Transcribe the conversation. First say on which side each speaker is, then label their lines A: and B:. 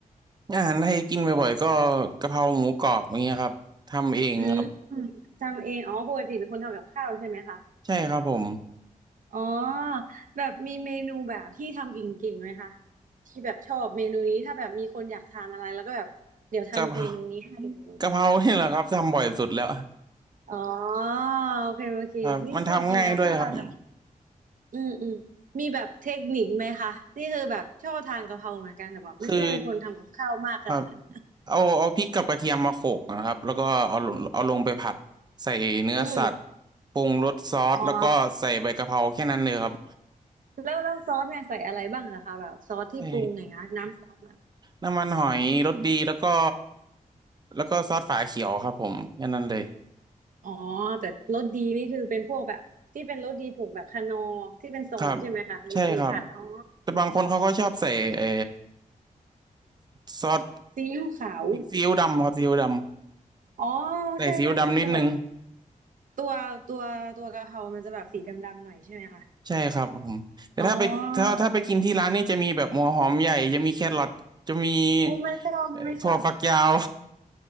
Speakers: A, on the right; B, on the right.
A: อาหารไทยกินบ่อยๆก็กะเพราหมูกรอบอย่างเงี้ยครับทำเองครับ
B: อืมทำเองอ๋อปกติเป็นคนทำกับข้าวใช่ไหมคะ
A: ใช่ครับผม
B: อ๋อแบบมีเมนูแบบที่ทำเก่งๆไหมคะที่แบบชอบเมนูนี้ถ้าแบบมีคนอยากทานอะไรแล้วก็แบบเดี๋ยวทำเมนูนี้ให้เลย
A: กะเพรากะเพราเนี่ยแหละครับทำบ่อยสุดแล้ว
B: อ๋อโอเคโอเคนี่ชอบกินแล้วชอบทานกะเพรา
A: ครับมันทำง่ายด้วยครับ
B: อืมอืมมีแบบเทคนิคไหมคะนี่คือแบบชอบทานกะเพราเหมือนกันแต่แบบไม่ใช่เป็นคนทำกับข้าวมากขนาดนั้น
A: คือครับเอาเอาพริกกับกระเทียมมาโขลกนะครับแล้วก็เอาลงเอาลงไปผัดใส่เนื้อสัตว์
B: อืม
A: ปรุงรสซอสแล้วก็ใส่ใบกะเพราแค่นั้นเลยครับ
B: อ๋อแล้วแล้วซอสเนี่ยใส่อะไรบ้างเหรอคะแบบซอสที่ปรุงอย่างเงี้ยน้ำซอส
A: ใส่น้ำมันหอยรสดีแล้วก็แล้วก็ซอสฝาเขียวครับผมแค่นั้นเลย
B: อ๋อแต่รสดีนี่คือเป็นพวกแบบที่เป็นรสดีผูกแบบคานอร์ที่เป็นทรงใช่ไหมคะรสดีผัดอ๋อ
A: ครับใช่ครับแต่บางคนเขาก็ชอบใส่เอ่อซอส
B: ซีอิ๊วขาว
A: ซีอิ๊วดำครับซีอิ๊วดำ
B: อ๋อ
A: ใส่ซีอิ๊วดำนิดนึง
B: ใช่ใช่ที่มันจะแบบตัวตัวตัวกะเพรามันจะแบบสีดำๆหน่อยใช่ไหมคะ
A: ใช่ครับผมแต่ถ้าไปถ้าถ้าไปกินที่ร้านนี่จะมีแบบหัวหอมใหญ่จะมีแครอทจะมี
B: อ๋อโอ้ไม่ชอบไม่ชอบ
A: เอ่อถั่วฝักยาว